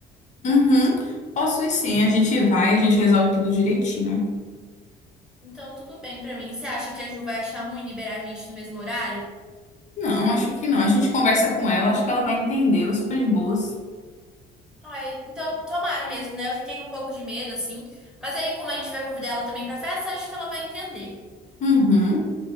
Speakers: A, on the left; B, in the centre.
A: Uhum. Posso ir sim, a gente vai, a gente resolve tudo direitinho.
B: Então tudo bem pra mim. Você acha que a Ju vai achar ruim liberar a gente no mesmo horário?
A: Não, acho que não. A gente conversa com ela, acho que ela vai entender, ela é super de boas.
B: Ai, então tomara mesmo, né? Eu fiquei com um pouco de medo assim, mas aí como a gente vai convidar ela também pra festa, acho que ela vai entender.
A: Uhum.